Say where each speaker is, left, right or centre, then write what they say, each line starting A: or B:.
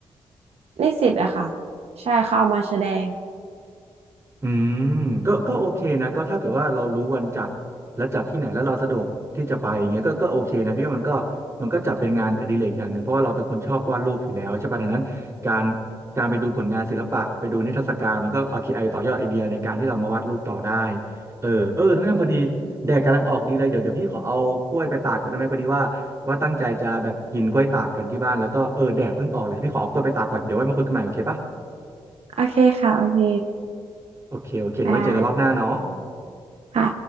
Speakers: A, on the right; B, on the right.
A: นิสิตอะค่ะใช่เขาเอามาแสดง
B: อืมก็ก็โอเคนะก็ถ้าเกิดว่าเรารู้วันจัดและจัดที่ไหนแล้วเราสะดวกที่จะไปอย่างเงี้ยก็ก็โอเคนะพี่ว่ามันก็มันก็จัดเป็นงานอดิเรกอย่างหนึ่งเพราะว่าเราเป็นคนชอบวาดรูปอยู่แล้วใช่ป่ะดังนั้นการการไปดูผลงานศิลปะไปดูนิทรรศการมันก็เอาคีไอต่อยอดไอเดียในการที่เรามาวาดรูปต่อได้เออเออน้องแอมพอดีแดดกำลังออกดีเลยเดี๋ยวเดี๋ยวพี่ขอเอากล้วยไปตากก่อนได้ไหมพอดีว่าว่าตั้งใจจะแบบกินกล้วยตากกันที่บ้านแล้วก็เออแดดเพิ่งออกเลยเดี๋ยวพี่ขอเอากล้วยไปตากก่อนเดี๋ยวไว้มาคุยกันใหม่โอเคป่ะ
A: โอเคค่ะโอเค
B: โอเคโอเคเดี๋ยวไว้เจอกันรอบหน้าเนาะ
A: ได้ค่ะ